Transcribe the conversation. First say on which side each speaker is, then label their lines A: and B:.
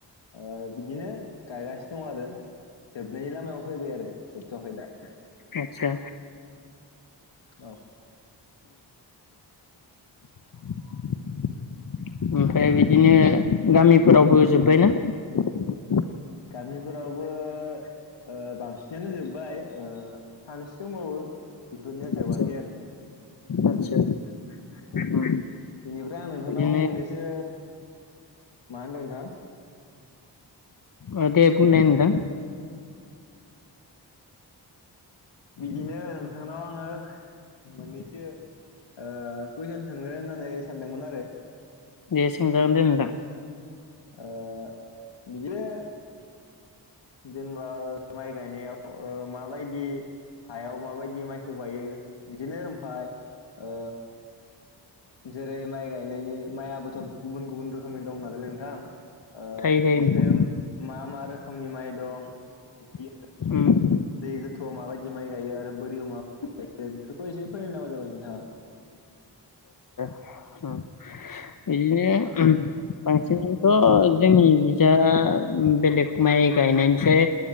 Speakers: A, on the left; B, on the left.
A: ओ बिदिनो गायगासिनो दङ आरो जोबनायनि लामायाव फैबाय आरो जोबथ'वाखै दा।
B: आतसा।
A: औ
B: <unintelligible> ओमफ्राय बिदिनो गामिफोरावबो जोब्बायनाः
A: गामिफोरावबो ओ बांसिनानो जोब्बाय ओ सानैसो दंबावो बेफोरनिया जोबाखै
B: आदसा
A: आरो दा।
B: आदसा
A: <inaudible>
B: उम
A: बेनिफ्राय आं नोंथांनाव
B: बिदिनो
A: मोननैसो मा होनदो नोंथां?
B: ओ दे बुंनाय नोंथां।
A: बिदिनो नोंथांनाव आङो मोननैसो ओ कुइसन सोंनो होननानै सानदोंमोन आरो।
B: दे सोंजागोन दे नोंथां।
A: ओ बिदिनो जेनेबा माइ गायनायाव ओ माबायदि हायाव माबायदि माइखौ गायो बिदिनो ओमफाय ओ जेरै माइ गायनायनि मायाबोथ' गुबुन गुबुन रोखोमनि दं नालाय नोंथां। ओ
B: थायो थायो
A: बिदिनो
B: नोंथां
A: मा मा रोखोमनि माइ दं? बि
B: होम
A: दै गोथौआव माबायदि माइ गायो आरो बोरियाव मा <unintelligible> बेफोरखौ एसे फरायनो नामा जाबाय नोंथाङा।
B: <inaudible> अ इदिनो बांसिनथ' जोंनि बिजा बेलेग माइ गायसै